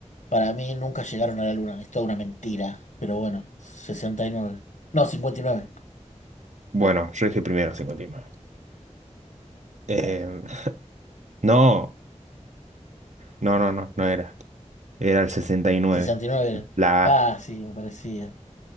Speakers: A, on the left; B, on the right.
A: para mí nunca llegaron a la luna. Es toda una mentira. Pero bueno, sesenta y nueve No, cincuenta y nueve
B: Bueno, yo dije primero 59. Eh,
A: Bueno,
B: no, no, no, no, no era. Era el 69.
A: 69 era.
B: La
A: Ah,
B: A.
A: sí, me parecía.